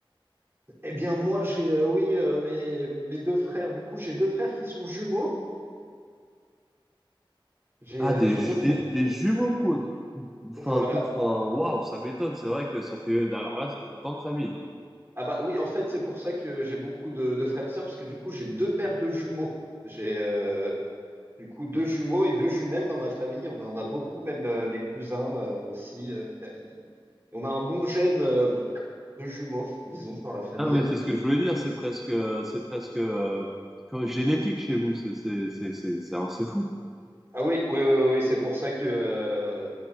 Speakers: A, on the right (about 30°); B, in the centre.
A: Eh bien, moi, j'ai, euh, oui, euh, mes, mes deux frères. Du coup, j'ai deux frères qui sont jumeaux. J'ai
B: Ah
A: euh,
B: des
A: j'ai
B: ju-
A: deux frères.
B: des, des jumeaux quoi. Enfin
A: Voilà.
B: quoi, enfin waouh, ça m'étonne. C'est vrai que ça fait alors là, ça fait une grande famille. Hein.
A: Ah bah oui, en fait, c'est pour ça que j'ai beaucoup de, de frères et sœurs, parce que du coup, j'ai deux paires de jumeaux. J'ai euh, du coup deux jumeaux et deux jumelles dans ma famille. On en a beaucoup, même euh, mes cousins euh, aussi. Euh, il y a- il- on a un bon gène euh, de jumeaux, disons, dans la famille.
B: Ah mais c'est ce que je voulais dire. C'est presque euh, c'est presque euh, comme génétique chez vous. C'est c'est c'est c'est c'est c'est fou.
A: Ah oui, oui, oui, oui, oui, c'est pour ça que euh,